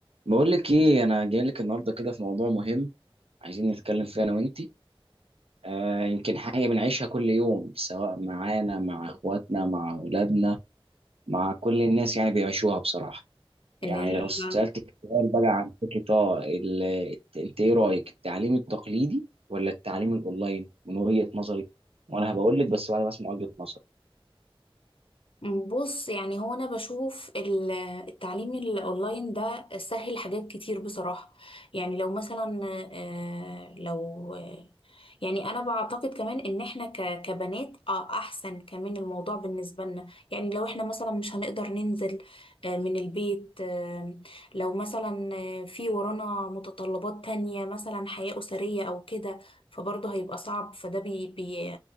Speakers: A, on the right (about 80°); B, on the left (about 65°).
A: بقول لك ايه انا جاي لك النهارده كده في موضوع مهم عايزين نتكلم فيه انا وانتي آه يمكن حاجه بنعيشها كل يوم سواء معانا مع اخواتنا مع اولادنا مع كل الناس يعني بيعيشوها بصراحه
B: اللي
A: يعني
B: هي
A: لو
B: ايه
A: سالتك
B: بقى
A: سؤال بقى عن فكره اه ال- الت- انت ايه رايك التعليم التقليدي ولا التعليم الاونلاين من وجهه نظري وانا هبقول لك بس بعد ما اسمع وجهه نظري
B: بص يعني هو انا بشوف ال- التعليم الاونلاين ده سهل حاجات كتير بصراحة يعني لو مثلا آه، لو آه، يعني انا بعتقد كمان ان احنا ك- كبنات آه، احسن كمان الموضوع بالنسبة لنا يعني لو احنا مثلا مش هنقدر ننزل آه، من البيت آه، لو مثلا آه، في ورانا متطلبات تانية مثلا حياة أسرية او كده فبرضه هيبقى صعب فده بي بي